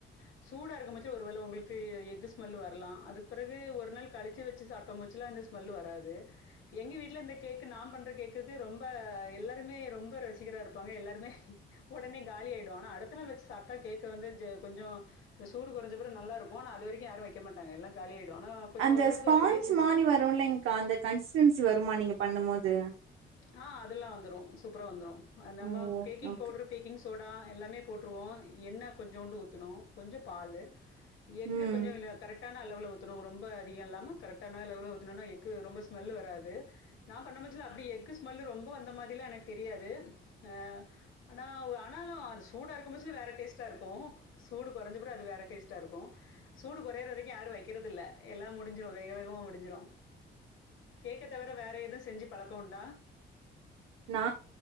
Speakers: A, on the left (about 80°); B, on the right (about 85°).
A: ஹ்அ சூடா இருக்கும்பச்சு ஒரு வேல உங்களுக்கு எஃகு ஸ்மெல்லு வரலா அதுக் பிறகு ஒரு நாள் கழிச்சு வெச்சு சாப்ட்டம்வச்சுல்ல அ ஸ்மெல்லு வராது எங்க வீட்ல இந்த கேக்கு நா பண்ற கேக்குக்கு ரொம்ப எல்லாருமே ரொம்ப ர சிகரா இருப்பாங்க எல்லாருமே ஒடனே காலி ஆயிடு ஆனா அடுத்த நாள் வெச்சு சாப்ட்டா கேக்கு வந்து ஜ கொஞ்சோ இந்த சூடு கொறஞ்சப்பறோ நல்லாருக்கு ஆனா அது வெரிக்கு யாரு வெக்க மாட்டங்க எல்லா காலியாய் டு ஆனா கொஞ்சு
B: அந்த
A: ஓரளவுக்கு
B: ஸ்பான்ச்
A: பெரிய சீசன்
B: மாரி வரும்லைங்க்கா அந்த கன்சிஸ்டன்சி வருமா நீங்க பண்ணும் போது
A: ஆ அதெல்லா வந்துரு சூப்பரா வந்துரு நம்ம
B: ஓ
A: baking
B: okay okay
A: powder baking soda எல்லாமே போட்ருவோ எண்ணெ கொஞ்சோண்டு ஊத்தணு கொஞ்ச பாலு எஃகு
B: ம்
A: கொஞ்சு இல்ல கரெட் டான அளவுல ஊத்தணு ரொம்ப அதிக இல்லாம கரெட்டான அளவுல ஊத்துணோனா எஃகு ரொம்ப ஸ்மெல்லு வராது நா பண்ணம் <unintelligible> அப்டி எஃகு ஸ்மெல்லு ரொம்ப வந்த மாரிலா எனக் தெரியாது அ ஆனா ஒ ஆனாலு சூடா இருக்கும் போத்சொல்ல வேற டேஸ்டா இருக்கு சூடு கொறஞ்சப்பற அது வேற டேஸ்டா இருக்கு சூடு கொறயற வரைக்கு யாரு வைக்கிறதில்ல எல்லா முடிஞ்சிடு வேக வேகமா முடிஞ்சிரு கேக்க தவிர வேற எது செஞ்சு பழக்கோ உண்டா
B: நா